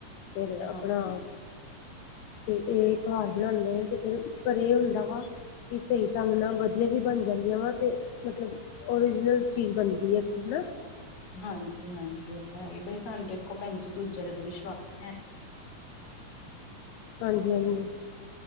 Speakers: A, on the left; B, on the left.
A: ਫਿਰ ਆਪਣਾ
B: ਹਾਂ।
A: ਤੇ ਇਹ ਘਰ ਬਣਾਉਦੇ ਨੇ ਤੇ ਫੇਿਰ ਘਰੇ ਹੁੰਦਾ ਵਾ ਵੀ ਸਹੀ ਢੰਗ ਨਾਲ ਵਧੀਆ ਵੀ ਬਣ ਜਾਂਦੀਆਂ ਵਾ ਤੇ ਮਤਲਬ ਓਰੀਜਨਲ ਚੀਜ਼ ਬਣਦੀ ਹੈ ਇੱਕ ਹਨਾ
B: ਹਾਂਜੀ ਹਾਂਜੀ ਉਹ ਤਾਂ ਹੈਗੀ ਬਾਈ ਸਾਨੂੰ ਤੇ ਇੱਕੋ ਭੈਣਜੀ ਦੂਜੇ ਦਾ ਤੇ ਵਿਸ਼ਵਾਸ ਹੈ
A: ਹਾਂਜੀ ਹਾਂਜੀ